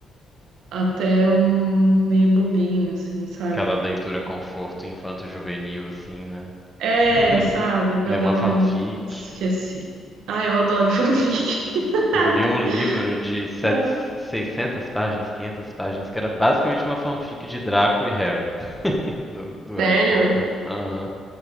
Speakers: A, on the right (about 85°); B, in the centre.
A: até um meio bobinho, assim, sabe?
B: Aquela leitura conforto infanto-juvenil, assim, né?
A: É,
B: <laughs>
A: sabe, pra
B: Deu
A: dar
B: uma
A: uma.
B: fanfic.
A: Esqueci. Ah, eu adoro fanfic. <laughs>
B: Eu li um livro de sete,
A: Ai,
B: seiscentas páginas, 500 páginas, que era basicamente uma fanfic de Draco e Harry, <laughs> do, do
A: sério?
B: Harry Potter. Aham.